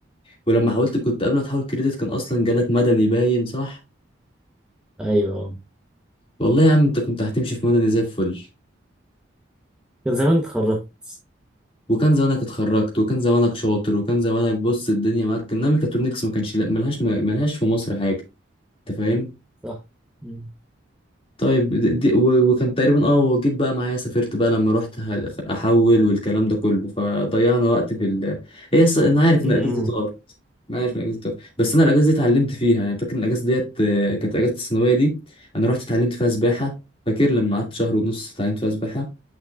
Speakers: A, on the left (about 25°); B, in the centre.
A: ولما حاولت كنت قبل ما تحول كريدت كان اصلا جالك مدني باين صح
B: ايوه
A: والله يا عم انت كنت هتمشي في مدني زي الفل
B: كان زمان اتخرجت
A: وكان زمانك اتخرجت وكان زمانك شاطر وكان زمانك بص الدنيا معاك انما ميكاترونكس ما كانش لا ملهاش ملهاش في مصر حاجه انت فاهم
B: صح امم
A: طيب دي دي- و- وكان تقريبا اه وجيت بقى معايا سافرت بقى لما رحت ه- احول والكلام ده كله فضيعنا وقت في ال هي الص- انا عارف
B: امم
A: ان الاجازه دي طارت انا عارف ان الاجازه دي طارت بس انا الاجازه دي اتعلمت فيها يعني فاكر ان الاجازه ديت آه، كانت اجازه الثانويه دي انا رحت اتعلمت فيها سباحه فاكر لما قعدت شهر ونص اتعلمت فيها سباحه